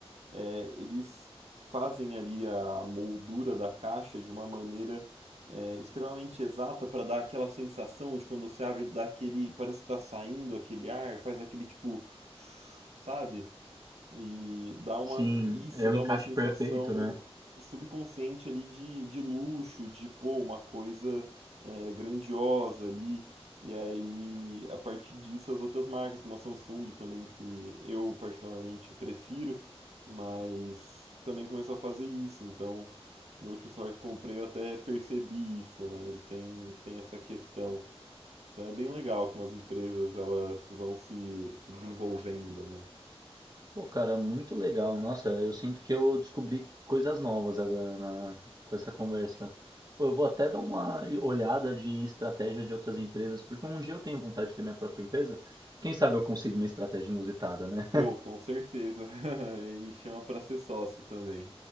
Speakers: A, on the right; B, on the right.
A: é, eles fazem ali a moldura da caixa de uma maneira é, extremamente exata para dar aquela sensação de quando você abre, dá aquele, parece que tá saindo aquele ar, faz aquele tipo, sabe? E dá uma,
B: Sim,
A: isso
B: é
A: dá
B: o encaixe
A: uma sensação
B: perfeito, né?
A: subconsciente ali de, de luxo, de pô, uma coisa é, grandiosa ali. E aí, a partir disso, as outras marcas, como a Samsung também, que eu particularmente prefiro, mas também começou a fazer isso. Então, no último celular que eu comprei, eu até percebi isso, né? Ele tem, tem essa questão. Então é bem legal como as empresas elas vão se, se desenvolvendo, né?
B: Pô, cara, muito legal. Nossa, eu sinto que eu descobri coisas novas agora na- com essa conversa. Pô, eu vou até dar uma olhada de estratégia de outras empresas, porque um dia eu tenho vontade de ter minha própria empresa. Quem sabe eu consigo uma estratégia inusitada, né?
A: Pô, com certeza. <laughs> Ele me chama pra ser sócio também.